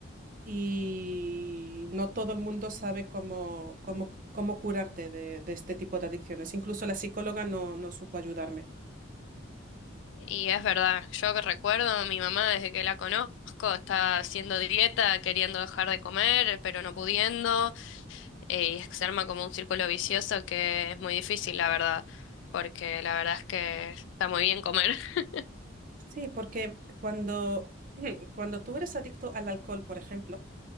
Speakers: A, on the right; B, on the left.
A: y no todo el mundo sabe cómo, cómo, cómo curarte de, de este tipo de adicciones. Incluso la psicóloga no, no supo ayudarme.
B: Y es verdad, yo que recuerdo, a mi mamá desde que la conozco está haciendo dieta, queriendo dejar de comer, pero no pudiendo, eh, y es que se arma como un círculo vicioso que es muy difícil, la verdad, porque la verdad es que está muy bien comer <laughs>
A: Sí, porque cuando, <clears throat> cuando tú eres adicto al alcohol, por ejemplo,